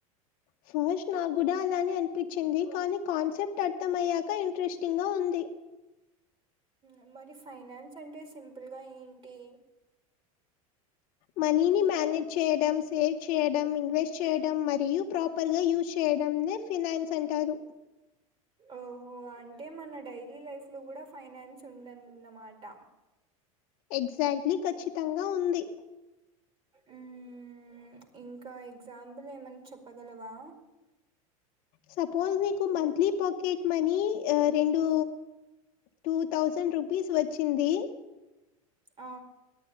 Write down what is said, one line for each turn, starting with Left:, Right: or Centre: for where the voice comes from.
Left: ఫస్ట్ నాగ్గుడా అలానే అనిపించింది కానీ కాన్సెప్ట్ అర్థం అయ్యాక ఇంట్రెస్టింగ్ గా ఉంది
Right: ఉమ్ మరి ఫైనాన్స్ అంటే సింపుల్గా ఏంటి
Left: మనీని మానేజ్ చేయడం, సేవ్ చేయడం, ఇన్వెస్ట్ చేయడం మరియు ప్రాపర్ గా యూజ్ చేయడం న్నే ఫినాయిన్స్ అంటారు
Right: ఓహో అంటే మన డైలీ లైఫ్ లో గుడా ఫైనాన్స్ ఉందన్నమాట
Left: ఎగ్జాక్ట్లీ ఖచ్చితంగా ఉంది
Right: ఉమ్ ఇంకా ఎగ్జాంపుల్ ఏమన చెప్పగలవా
Left: సపోస్ నీకు మంత్లీ పాకెట్ మనీ ఆ రెండూ టూ థౌజండ్ రూపీస్ వచ్చింది
Right: ఆ